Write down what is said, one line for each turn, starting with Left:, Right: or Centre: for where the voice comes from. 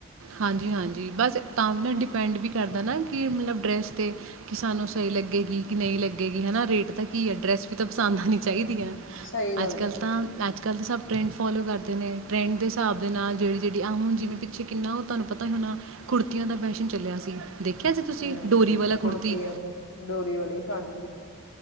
Right: ਹਾਂਜੀ ਹਾਂਜੀ ਬਸ ਤਾਂ ਵੀ ਨਾ
Left: ਹੂੰ।
Right: ਡਿਪੈਂਡ ਵੀ ਕਰਦਾ ਨਾ ਕੀ ਮਤਲਬ ਡਰੈਸ 'ਤੇ ਕਿ ਸਾਨੂੰ ਸਹੀ ਲੱਗੇਗੀ ਕਿ ਨਹੀਂ ਲੱਗੇਗੀ ਹੈ‌ਨਾਰੇਟ ਤਾਂ ਕੀ ਹੈ ਡਰੈਸ ਪਸੰਦ ਹੋਣੀ ਚਾਹੀਦੀਆਂ
Left: ਹੂੰ ਸਹੀ ਗੱਲ
Right: ਅੱਜ ਕੱਲ
Left: ਹੈ
Right: ਤਾਂ ਅ ਅੱਜੱਲ ਤਾਂ ਸਭ ਟਰੈਂਡ ਫੋਲੋ ਕਰਦੇ ਨੇ ਟਰੈਂਡ ਦੇ ਹਿਸਾਬ ਦੇ ਨਾਲ ਜਿਹੜੀ ਜਿਹੜੀ ਆ ਹੁਣ ਜਿਵੇਂ ਪਿੱਛੇ ਕਿੰਨਾ ਉਹ ਤੁਹਾਨੂੰ ਪਤਾ ਹੀ ਹੋਣਾ ਕੁੜਤੀਆਂ ਦਾ ਫੈਸ਼ਨ ਚੱਲਿਆ ਸੀ ਦੇਖਿਆ ਸੀ ਤੁਸੀਂ?
Left: ਹਮ
Right: ਡੋਰੀ ਵਾਲਾ
Left: ਕੁੜਤੀਆਂ
Right: ਕੁੜਤੀ।
Left: ਤੇ ਡੋਰੀ ਵਾਲੀ ਹਾਂਜੀ